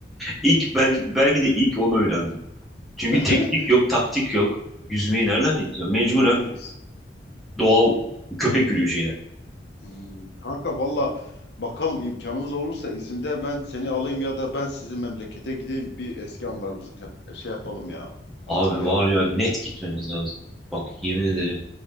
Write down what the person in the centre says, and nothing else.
İlk belki, belki de ilk onu öğrendim. Çünkü
teknik yok, taktik yok. Yüzmeyi nereden bileceğim? Mecburen
doğal köpek yürüyüşü yani.
Abi
var ya net gitmemiz lazım. Bak yemin ederim.